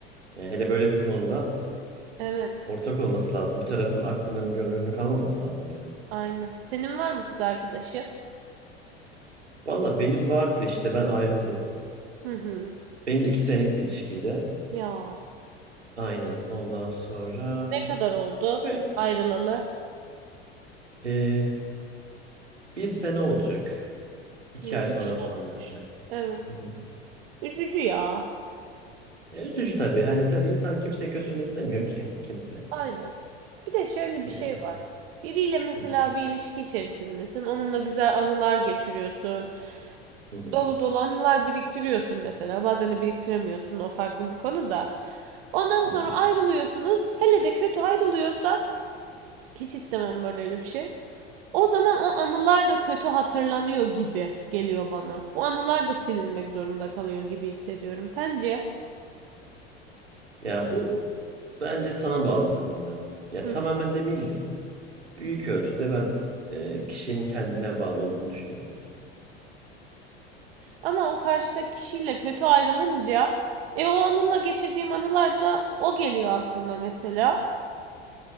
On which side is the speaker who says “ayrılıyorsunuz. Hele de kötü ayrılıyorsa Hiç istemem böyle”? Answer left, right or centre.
Right